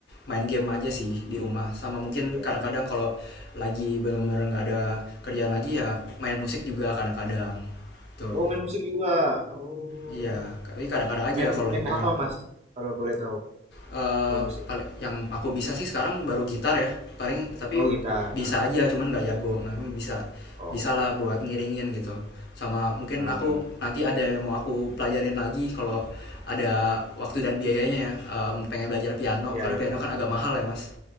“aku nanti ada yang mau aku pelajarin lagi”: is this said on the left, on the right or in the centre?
Left